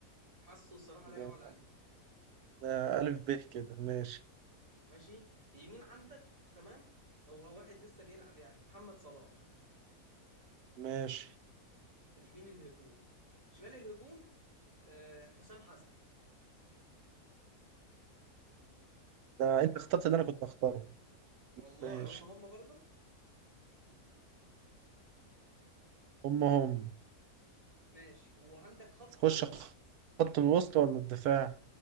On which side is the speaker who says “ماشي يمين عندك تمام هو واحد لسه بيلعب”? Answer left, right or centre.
Right